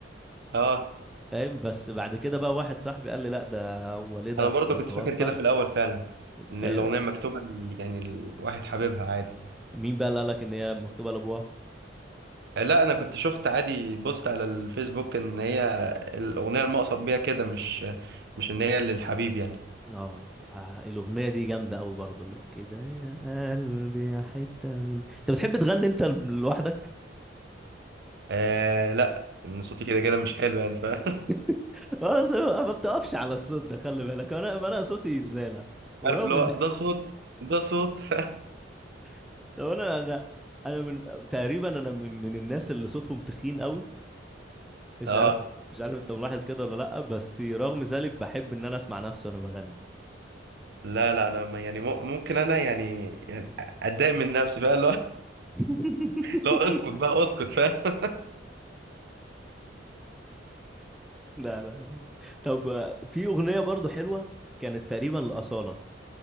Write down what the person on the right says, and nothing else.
اه
انا برضه
كنت
فاكر كده في الاول فعلا ان
الاغنيه مكتوبه ال- يعني الواحد حاببها عادي
آه، لا انا كنت شفت عادي بوست على الفيسبوك ان هي الاغنيه المقصد بيها كده مش مش ان هي للحبيب يعني
آه لا ان صوتي كده كده مش حلو يعني ف
<laughs>
عارف اللي هو
ده صوت ده صوت <laughs>
اه
لا لا انا ما- يعني مو- ممكن انا يعني يعني اتضايق من نفسي بقى
لا اسكت بقى اسكت فاهم